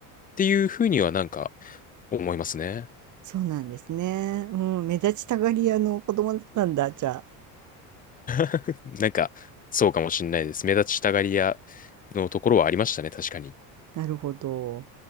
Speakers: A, on the left (about 20°); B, on the right (about 45°).
A: ていうふうにはなんか思いますね。
B: そうなんですね。うん、目立ちたがり屋の子供だったんだ、じゃ
A: <laughs> なんか、そうかもしれないです。目立ちたがり屋のところはありましたね、確かに。
B: あ。なるほど。